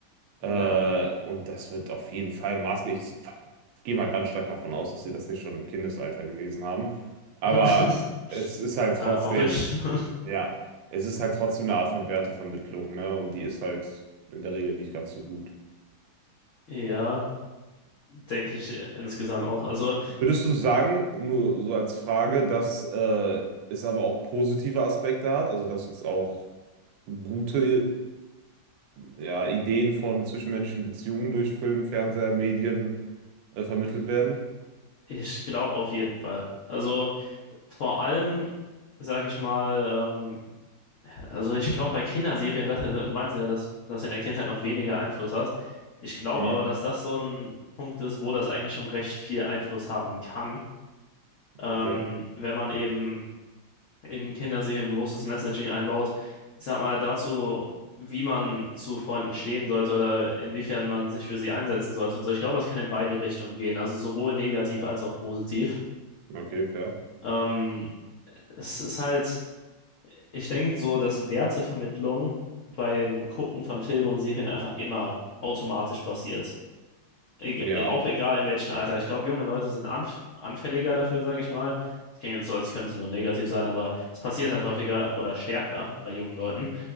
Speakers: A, on the right; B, on the left.
A: Äh,
B: ja.
A: und das wird auf jeden Fall maßgeblich. Ich f- gehe mal ganz stark davon aus, dass sie das nicht schon im Kindesalter gelesen haben. Aber
B: <laughs>
A: es ist halt
B: Ja,
A: trotzdem,
B: hoffe ich. <laughs>
A: ja, es ist halt trotzdem eine Art von Wertevermittlung, ne? Und die ist halt in der Regel nicht ganz so gut.
B: Ja, denke ich äh, insgesamt auch. Also,
A: Würdest du sagen, nur so als Frage, dass äh, es aber auch positive Aspekte hat, also dass uns auch gute ja, Ideen von zwischenmenschlichen Beziehungen durch Film, Fernseher, Medien äh, vermittelt werden?
B: ich glaube auf jeden Fall. Also, vor allem, sage ich mal, ähm, also ich glaube bei Kinderserien, das, du meinst ja, dass das in der Kindheit noch weniger Einfluss hat. Ich glaube
A: Mhm.
B: aber, dass das so ein Punkt ist, wo das eigentlich schon recht viel Einfluss haben kann, ähm,
A: Okay,
B: wenn man eben in Kinderserien bewusstes Messaging einbaut. Ich sag mal dazu, wie man zu Freunden stehen sollte oder inwiefern man sich für sie einsetzen sollte und so. Ich glaube, das kann in beide Richtungen gehen, also sowohl negativ als auch positiv.
A: okay, fair.
B: Ähm, es ist halt, ich denke so, dass Wertevermittlung beim Gucken von Filmen und Serien einfach immer automatisch passiert. eg-
A: Ja.
B: auch egal in welchem Alter. Ich glaube, junge Leute sind anf anfälliger dafür, sage ich mal. Das klingt jetzt so, als könnte es nur negativ sein, aber es passiert halt häufiger oder stärker bei jungen Leuten.